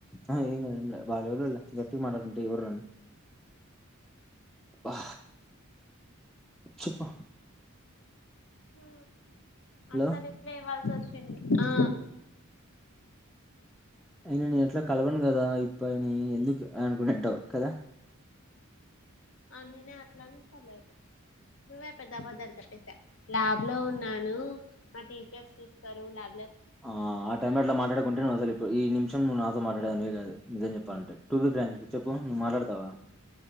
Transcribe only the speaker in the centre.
ఆ ఏంకాదు ఏంకాదు వాలేవరో గట్టిగా మాట్లాడుతుంటె ఏవర్రా అబ్బా చెప్పు
లో
నేను ఎట్లో కలవను గదా ఇప్పుని ఎందుకు అనుకునింటావు కదా
ఆ ఆ టైమ్ లో అలా మాట్డుకుంటే నువ్ అసలు ఇడు ఈ నిమిషం నువ్వు నాతో మాట్లాడే అవే కాదు నిజేం చెప్పాలంటే టూ బి ప్రాంక్ చెప్పు మను నువ్ మాట్లాడు స్తవా